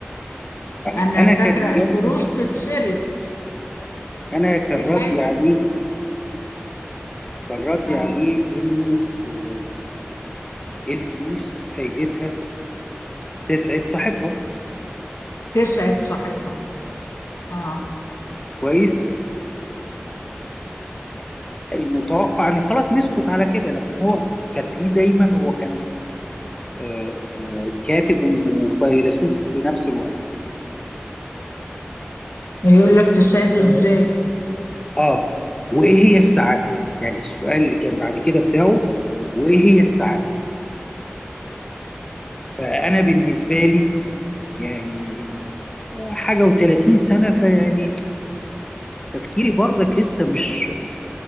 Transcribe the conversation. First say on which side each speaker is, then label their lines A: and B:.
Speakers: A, on the left (about 20°); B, on the left (about 85°).
A: طيب
B: أنا
A: انا
B: فاكرة
A: كانت اجابتي
B: الفلوس تتصرف
A: انا
B: يعني
A: كان
B: في
A: ردي
B: حاجة
A: عليه
B: تتصرف
A: كان ردي
B: آه.
A: عليه انه آه، الفلوس فايدتها تسعد صاحبها
B: تسعد صاحبها آه
A: كويس فالمتوقع ان خلاص نسكت على كده لكن هو كانت ليه دايما هو كان آه، آه، كاتب وفيلسوف في نفس الوقت
B: يقول لك تسعده
A: اه
B: إزاي
A: آه. وايه هي السعاده يعني السؤال اللي كان بعد كده بتاعه
B: آه.
A: وايه هي السعاده فانا بالنسبه لي يعني آه، حاجه و30 سنه فيعني تفكيري برضك لسه مش